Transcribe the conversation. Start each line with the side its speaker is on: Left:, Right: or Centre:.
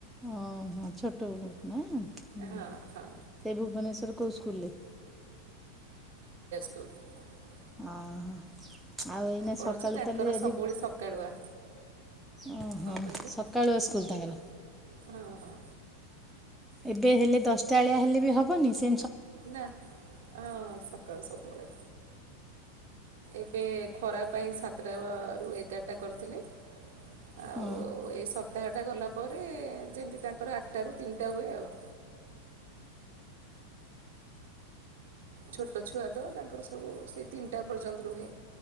Centre: ଓହୋ ଛୋଟ ବହୁତ ନା? ହୁଁ
Right: ହଁ ହଁ
Centre: ସେଇ ଭୁବନେଶ୍ଵର କୋଉ ସ୍କୁଲର?
Right: କୁ <unintelligible>
Centre: ଅହ ଆଉ ଏଇନା
Right: ପଢ଼ୁଛି
Centre: ସକାଳୁ
Right: ତାଙ୍କର
Centre: ତାହେଲେ ଆଜି
Right: ସବୁବେଳେ ସକାଳୁଆ
Centre: ଓହୋ
Right: କଣ କହିଲେ
Centre: ସକାଳୁ ସ୍କୁଲ ତାଙ୍କର
Right: ହଁ ହଁ
Centre: ଏବେ ହେଲେ ଦଶଟା ବଳିଆ ହେଲେ ବି ହବନି ସେ
Right: ନା ହଁ ସକାଳୁ ସବୁବେଳେ ଏବେ ଖରା ପାଇଁ ସାତଟାରୁ ଏଗାରଟା କରିଥିଲେ। ଆଉ
Centre: ହୁଁ।
Right: ଏଇ ସପ୍ତାହଟା ଗଲା ପରେ ଯେମିତି ତାଙ୍କର ଆଟା ରୁ ତିନିଟା ହୁଏ ଆଉ। ଛୋଟ ଛୁଆ ତ ତାଙ୍କର ସବୁ ସେ ତିନିଟା ପର୍ଯ୍ୟନ୍ତ ରୁହେ।